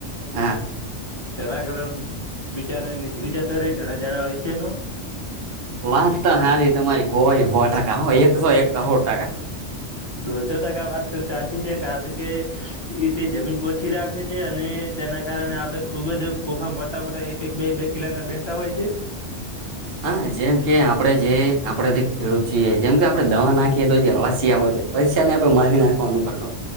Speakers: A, on the right (about 55°); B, on the left (about 30°).
A: હા
B: જેના કારણે બિચારાની જીવ જતો રે જણા જણા અળશિયાનું
A: વાત તો હાસી તમારી હોએ હો ટકા એકસો એક કરોડ ટકા
B: દોઢસો ટકા સર વાત તો સાચી છે કારણ કે એ તે જમીન કોટ ઓછી રાખે છે અને તેના કારણે આપણે ખુબ જ ફોફા મોટા મોટા એક એક બે બે કિલોના બેહતા હોય છે. <inaudible>
A: હા જેમ કે આપડે જે આપડે જે ખેડૂત છીએ જેમ કે આપણે દવા નાખીએ તો જે અળસીયાઓ છે, અળસિયાને આપણે મારી નાખવાનું કરતા